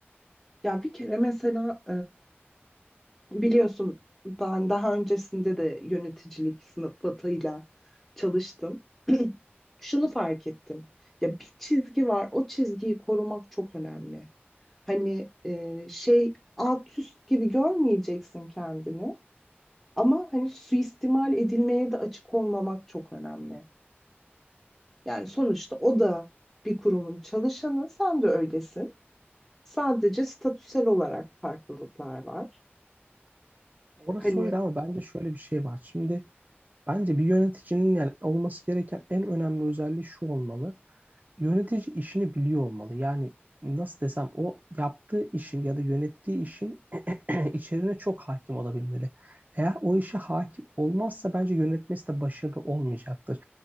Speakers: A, in the centre; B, on the right.
A: Ya bir kere mesela e, biliyorsun ben daha öncesinde de yöneticilik sıfatıyla çalıştım. <clears throat> Şunu fark ettim. Ya bir çizgi var. O çizgiyi korumak çok önemli. Hani e, şey alt üst gibi görmeyeceksin kendini ama hani suistimal edilmeye de açık olmamak çok önemli. Yani sonuçta o da bir kurumun çalışanı, sen de öylesin. Sadece statüsel olarak farklılıklar var.
B: Orası
A: Hani
B: öyle ama bence şöyle bir şey var. Şimdi Bence bir yöneticinin yani olması gereken en önemli özelliği şu olmalı. Yönetici işini biliyor olmalı. Yani nasıl desem o yaptığı işin ya da yönettiği işin <clears throat> içeriğine çok hakim olabilmeli. Eğer o işe hakim olmazsa bence yönetmesi de başarılı olmayacaktır.